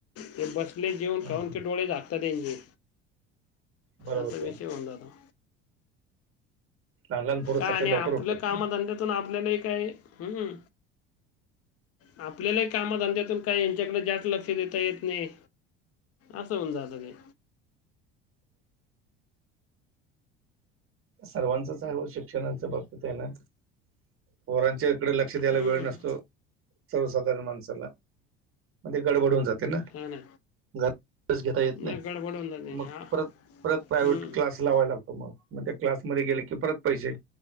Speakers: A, on the left; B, on the right.
A: ते बस थकले जेवून
B: आहे
A: खाऊन की डोळे झाकतात त्यांचे
B: बरोबर
A: असा विषय
B: आहे
A: होऊन जातो
B: लहान लहान पोरं
A: काय
B: सकाळी
A: आणि आपलं
B: लवकर उठतात
A: कामधंद्यातून आपल्यालाही काय हू आपल्यालाही कामधंद्यातून काय यांच्याकड जास्त लक्ष देता येत नाही असं होऊन जातं ते
B: सर्वांचच आहे ओ शिक्षणाच्या बाबतीत आहेना पोरांच्या कडे लक्ष द्यायला
A: हम्म,
B: वेळ नसतो सर्वसाधारण माणसाला म ते गडबड होऊन जाते तेना घरी
A: हा ना
B: अभ्यास घेता येत नाही
A: मग गडबड होऊन जाते
B: मग
A: हा
B: परत परत प्रायव्हेट
A: हम्म.
B: क्लास लावाय लागतो मग म त्या क्लासमध्ये गेल की परत पैसे